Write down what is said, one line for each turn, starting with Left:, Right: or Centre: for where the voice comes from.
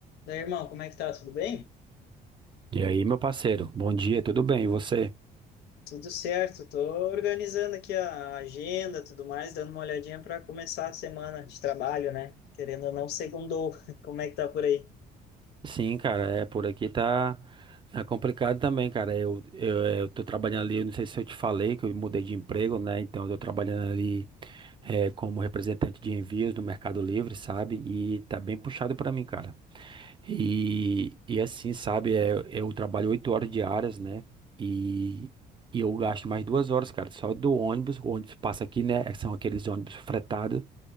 Left: Daí, irmão, como é que tá? Tudo bem?
Right: E aí, meu parceiro, bom dia, tudo bem? E você?
Left: Tudo certo. Tô organizando aqui a agenda, tudo mais, dando uma olhadinha para começar a semana de trabalho, né? Querendo ou não, segundou. <laughs> Como é que tá por aí?
Right: Sim, cara, é por aqui tá, tá complicado também, cara. Eu, eu, é, eu tô trabalhando ali, eu não sei se eu te falei que eu mudei de emprego, né? Então eu tô trabalhando ali eh, como representante de envios no Mercado Livre, sabe? E tá bem puxado pra mim, cara. E, e assim, sabe, é, eu trabalho oito horas diárias, né? E, e eu gasto mais duas horas, cara, só do ônibus. O ônibus passa aqui, né? São aqueles ônibus fretados.